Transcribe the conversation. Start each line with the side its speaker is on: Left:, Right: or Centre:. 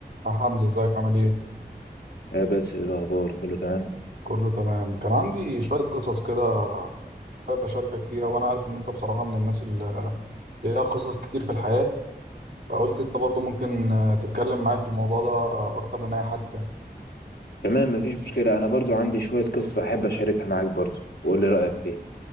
Right: يا حمزة ازيك عامل ايه؟
Left: يا باسل إيه الاخبار كله تمام
Right: كله تمام كان عندي شوية قصص كده حابب أشاركك فيها وأنا عارف إن أنت بصراحة من الناس اللي ليها قصص كتير في الحياة فقلت أنت برضو ممكن آه، تتكلم معايا في الموضوع ده آه، أكتر من أي حد يعني
Left: تمام مفيش مشكله انا برضو عندي شويه قصص احب اشاركها معاك برضو وقول لي رايك فيها